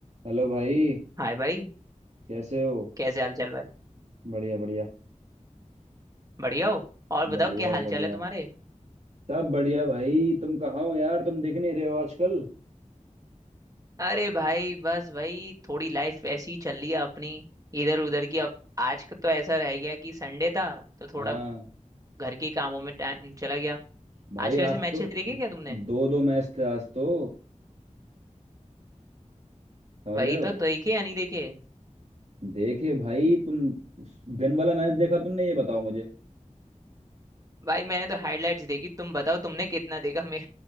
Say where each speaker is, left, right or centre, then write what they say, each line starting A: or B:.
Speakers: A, on the right (about 55°); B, on the right (about 25°).
A: Hello भाई
B: हाय भाई
A: कैसे हो
B: कैसे हाल चाल भाई
A: बढ़िया बढ़िया
B: बढ़िया हो और बताओ
A: बढ़िया
B: क्या हाल
A: बढ़िया
B: चाल है तुम्हारे
A: सब बढ़िया भाई तुम कहाँ हो यार तुम दिख नहीं रहे हो आजकल
B: अरे भाई बस भाई थोड़ी लाइफ ऐसी ही चल रही है अपनी इधर उधर की अब आज का तो ऐसा रह गया कि संडे था तो थोड़ा
A: हाँ
B: घर के कामों में टाइम चला गया
A: भाई
B: आज के वैसे
A: आज
B: मैचेस
A: तो
B: देखे क्या तुमने
A: दो दो मैच थे आज तो समझ
B: वही
A: रहे हो
B: तो देखे या नहीं देखे
A: देखे भाई तुम दिन वाला मैच देखा तुमने ये बताओ मुझे
B: भाई मैंने तो हाईलाइट्स देखी तुम बताओ तुमने कितना देखा मैं